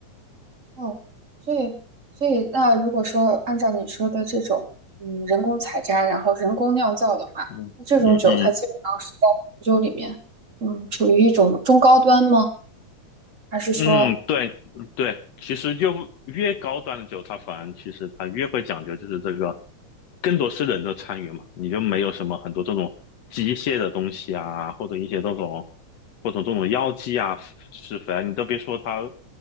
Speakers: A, on the right (about 30°); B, on the left (about 65°).
A: 哦，所以，所以那如果说按照你说的这种，嗯，人工采摘，然后人工酿造的话，
B: 嗯嗯嗯
A: 那这种酒它基本上是在红酒里面，嗯，处于一种中高端吗？还是说，
B: 嗯，对嗯对，其实就越高端的酒，它反而其实它越会讲究，就是这个更多是人的参与嘛，你就没有什么很多这种机械的东西啊，或者一些这种或者这种药剂啊、施肥啊，你都别说它